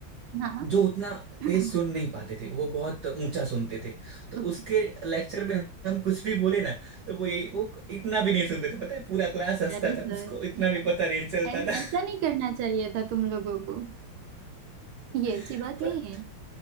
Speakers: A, on the right; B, on the right.
A: हाँ
B: जो उतना
A: <clears throat>
B: तेज सुन नहीं पाते थे वो बहुत ऊंचा सुनते थे तो
A: ओके
B: उसके लेक्चर में हम कुछ भी बोले ना तो वो ये वो इतना भी नहीं सुनते थे पता है पूरा क्लास हंसता
A: That is
B: था
A: good.
B: उसको इतना भी पता नहीं चलता
A: ऐसा
B: था
A: नहीं करना चाहिए था तुम लोगों को ये अच्छी
B: <laughs>
A: बात
B: पर
A: नहीं है